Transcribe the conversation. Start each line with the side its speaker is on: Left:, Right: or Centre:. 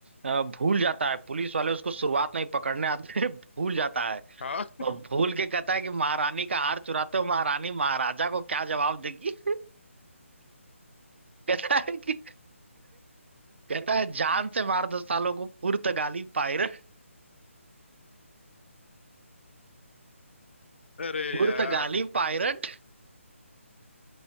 Right: आ, भूल जाता है पुलिस वाले उसको शुरुआत में ही पकड़ने आते हैं <laughs> भूल जाता है
Left: हाँ
Right: और भूल के कहता है कि महारानी का हार चुराते हो महारानी महाराजा को क्या जवाब देगी <laughs> कहता है कि कहता है जान से मार दो सालों को पुर्तगाली पायरट
Left: अरे
Right: पुर्तगाली
Left: यार
Right: पायरट